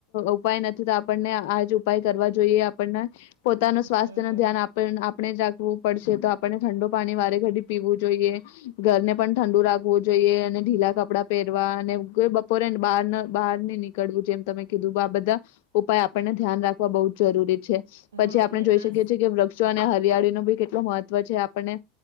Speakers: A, on the left; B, on the right.
A: ઉપાય નથી તો આપણને આજ ઉપાય કરવા જોઈએ આપણને. પોતાનું સ્વાસ્થ્ય
B: હમ
A: ન ધ્યાન આપ ન અપ ણે જાગવું પડશે તો આપને ઠંડુ પાણી વારે ઘડી પીવું જોઈએ. ઘરને પણ ઠંડુ રાખવું જોઈએ અને ઢીલા કપડાં પહેરવા અને બપોરેને બહાર બહાર ની નીકળવું જેમ તમે કીધું આ બધા ઉપાય આપણને ધ્યાન રાખવા બહુ જ જરૂરી. છે
B: હા
A: પછી, આપણે
B: ને
A: જોઈ
B: આ
A: શકીએ છીએ કે વ અને હરિયાળી નો બી કેટલો મહત્વ. પછી આપણને